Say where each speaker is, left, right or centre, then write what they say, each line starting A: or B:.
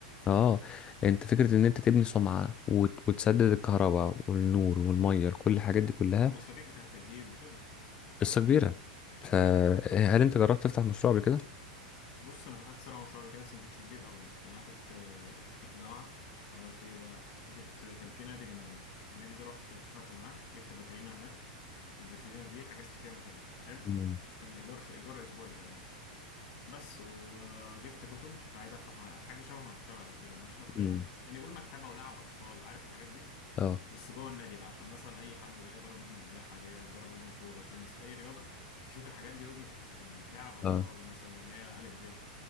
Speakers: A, on the left; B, on the left.
A: اه انت فكرة ان انت تبني سمعة وت- وتسدد الكهرباء والنور والمية كل الحاجات دي كلها
B: والمصاريف بتاعه التجهيز وكده
A: قصة كبيرة فهل انت جربت تفتح مشروع قبل كده؟
B: بص انا فتحت صراحه مشروع قبل كده بس ما كانش كبير قوي يعني يعني انا كنت كنت في جامعه عملت ايه بقى جبت كان في نادي جنبنا النادي ده رحت اتفقت معاه جبت فاترينا هناك الفاترينا دي حجزت فيها مكان حلو
A: مم.
B: كان ايجار ايجار اسبوعي تقريبا بس وجبت كتب كنت عايز افتح م- حاجه شبه مكتبه او كده مش مكتبه
A: مم.
B: يعني قول مكتبه ولعب اطفال عارف الحاجات دي
A: اه
B: بس جوه النادي بقى عشان مثلا اي حد جاي يضرب ابنه سباحه جاي يضرب ابنه كوره تنس اي رياضه يشوف الحاجات دي وابنه يشوف الحاجات دي لعب اطفال
A: اه
B: مثلا اللي هي الف ب